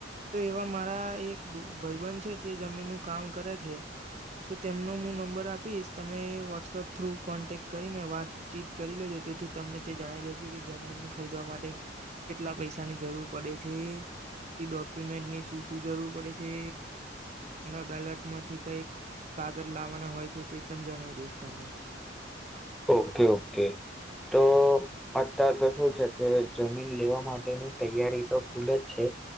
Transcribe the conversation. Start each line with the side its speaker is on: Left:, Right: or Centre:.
Right: તો એવા મારા એક ભાઈબન છે તે જમીનનું. કામ કરે છે. તો તેમનો હું નંબર આપીશ તમે વોટ્સઅપ થ્રુ કોન્ટેક્ટ કરીને વાતચીત કરી લેજો તેથી તમને તે જણી દઈશ કે જમીન ખરીદવા માટે કેટલા પૈસાની જરૂર પડે છે, પછી ડોક્યુમેન્ટ ની શું શું જરૂર પડે છે, અદાલત માંથી કઈક. કાગળ લાવવાના હોય છે તે પણ. જણાવ દઈશ તમને.
Centre: ઓકે ઓકે તો અતાર તો શું છે કે જમીન લેવા માટેની તૈયારી તો ખુલ જ છે,